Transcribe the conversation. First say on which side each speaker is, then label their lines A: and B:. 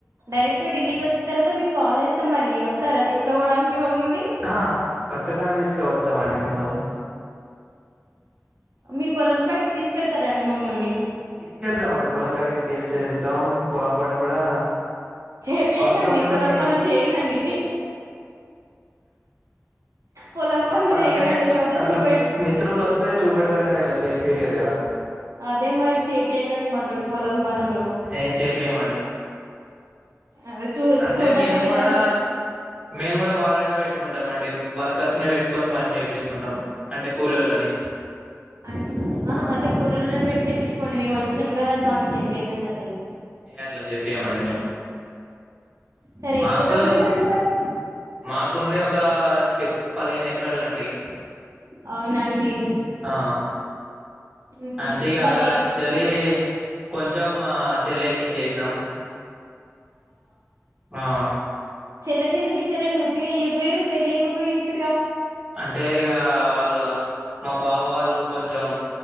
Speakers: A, on the right (about 75°); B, on the right (about 15°).
A: డైరెక్ట్ ఢిల్లీకి వచ్చిన తర్వాత మీకు కాల్ చేస్తా మరి వస్తారా తీసుకపోవడానికి మమ్మల్ని
B: ఆ కచ్చితంగా తీసుక వచ్చద్దామండి మిమ్మల్ని
A: మీ పొలం కడికి తీసుకెళ్తారండి మమ్మల్ని
B: తీసుకెళ్తామండి పొలం కాడికి తేల్చేరుగుతాం పొలం పని కూడా
A: చేపియకండి
B: అవసరం ఉంటే
A: పొలం
B: మీ
A: పనులు చేయనండి పొలం
B: ఏ
A: పనులు
B: అంటే
A: చేయనండి కాకపోతే
B: అట్లా
A: చూపే
B: మి మిత్రులు వస్తే చూపెడతారు కనీ అట్లా చేపియరు కదా
A: అదే మరి చేపియకండి మాతోటి పొలం పనులు
B: ఏ చేపియ్యమండి
A: అదే చూ
B: అంటే
A: చూడ్డానికి
B: మేము కూడా
A: అంటే
B: మేము కూడా వాళ్ళనే పెట్ పెట్టుకుంటామండి వర్కర్స్ ని పెట్టుకొని పని చేపిసుకుంటాం అంటే కూలీల్లోని
A: అంట అదే కూలలోని పెట్టి చెప్పించుకోండి మేము వచ్చినాం కదా అని మా తోటి చెప్పయకండి అసలు
B: ఏ అట్ల జేపీయమండి మేము
A: సరే
B: మాకు
A: ఎప్పుడు రమ్మంటారండి మరి
B: మాకు ఉంది ఒక పదిహేను ఎకరాలండి
A: అవునండి
B: ఆ
A: ఉహు
B: అంటే అల్లనించేలి
A: పది
B: కొంచం కొంచెం చెల్లెకి ఇచ్చేసినాం ఆ
A: చెల్లెకి ఎందుకు ఇచ్చారండి ఉత్తిగా ఇయపోయారు పెళ్ళియకపోయి ఇత్గా
B: అంటే ఇక వాళ్ళు మా బావ వాళ్ళు కొంచెం